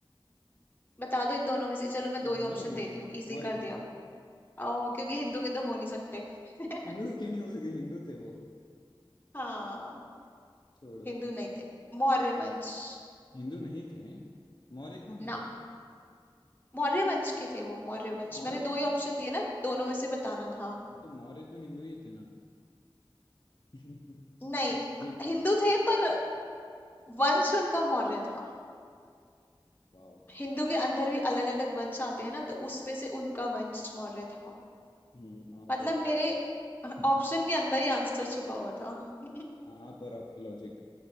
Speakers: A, on the left; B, on the left.
A: बता दो इन दोनों में से चलो मैं
B: तो
A: दो ही ऑप्शन
B: मौर्य वंश
A: देती हूँ इजी
B: मौर्य
A: कर दिया
B: वंश
A: ओ क्योंकि हिंदू के तो हो नहीं सकते <laughs>
B: हिंदू तो क्यों नहीं हो सकते हिंदू थे वो
A: हाँ
B: छोड़ो
A: हिंदू नहीं थे मौर्य वंश
B: हिंदू नहीं थे मौर्य कौन
A: ना
B: है तो
A: मौर्य वंश के थे वो मौर्य वंश
B: मौर्य
A: मैंने दो ही ऑप्शन दिए ना दोनों में से बताना था
B: तो मौर्य तो हिंदू ही थे ना <laughs>
A: नहीं
B: भी
A: हिंदू थे पर वंश उनका मौर्य था
B: वाओ
A: हिंदू के अंदर भी अलग अलग वंश आते हैं ना तो उसमें से उनका वंश मौर्य था
B: हम्म आप
A: मतलब
B: और
A: मेरे ऑप्शन के अंदर ही आंसर छुपा हुआ था <laughs>
B: आप और आपके लॉजिक